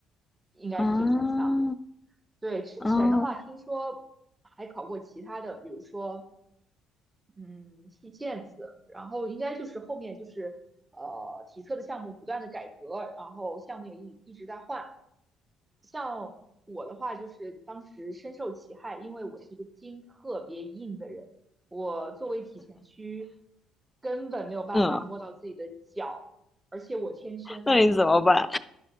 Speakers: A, on the right; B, on the left.
A: 应该是这三项。
B: 啊，
A: 对，之前的话听说还考过其他的，
B: 啊，
A: 比如说嗯，踢毽子，然后应该就是后面就是呃体测的项目不断的改革，然后项目也一一直在换。嗯，我的话就是当时深受其害，因为我是一个筋特别硬的人，我作为体前屈根本没有办法摸到自己的脚，
B: 嗯，
A: 而且我天生，
B: 那你怎么办？